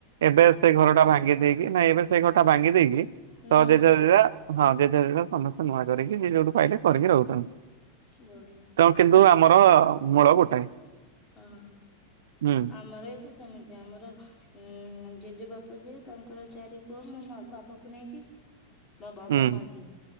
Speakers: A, on the right; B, on the left.
A: ଏବେ ସେ ଘର ଟା ଭାଙ୍ଗି ଦେଇେଇକି, ନାଇ ଏବେ ସେଇ ଘର ଟା ଭାଙ୍ଗି ଦେଇକି
B: ନୂଆ
A: ତ ଯେଝା
B: କରିଦେଇଛ
A: ଯେଝା ହଁ, ଯେ ଯାହାର ଯେଝା ସମସ୍ତେ ନୂଆ କରିକି, ଯିଏ ଯୋଉଠୁ ପାଇଲେ କରିକି ରହୁଚନ୍ତି।
B: ବଢିଆ।
A: ଏଣୁ କିନ୍ତୁ ଆମର ମୂଳ ଗୋଟାଏ।
B: ହଁ,
A: ହୁଁ
B: ଆମର ଏ ତ ସେମିତି ଆମର ହୁଁ, ଜେଜେବାପା ଯିଏ ତାଙ୍କର ଚାରି ପୁଅ ମୋ ବାବାକୁ ନେଇକି। ମୋ ବାବା
A: ହୁଁ
B: ମାଝିଆ।